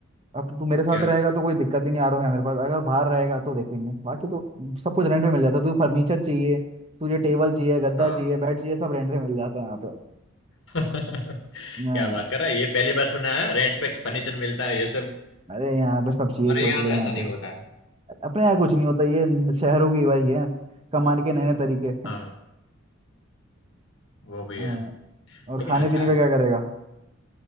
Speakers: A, on the right; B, on the left.
A: अब तू मेरे साथ
B: क्या
A: रहेगा तो कोई दिक्कत ही नहीं आरओ है मेरे पास अगर बाहर रहेगा तो देखेंगे बाकी तो सब कुछ रेंट पे मिल जाता है तुझे फर्नीचर चाहिए तुझे टेबल चाहिए गद्दा
B: हाँ
A: चाहिए बेड चाहिए सब रेंट पे मिल जाता है यहाँ पे
B: <laughs> क्या
A: हाँ
B: बात कर रहा है ये पहली बार सुना है रेंट पे फर्नीचर मिलता है ये सब
A: अरे यहाँ पे सब चाहिए
B: हमारे
A: सोच
B: यहाँ
A: ले
B: तो
A: यहाँ
B: ऐसा नहीं
A: पे
B: होता है
A: अपने यहाँ कुछ नहीं होता ये शहरों की वही है कमाने के नए नए तरीके
B: हाँ वो भी
A: हाँ,
B: है
A: और
B: लेकिन
A: खाने
B: अच्छा
A: पीने
B: है
A: का क्या करेगा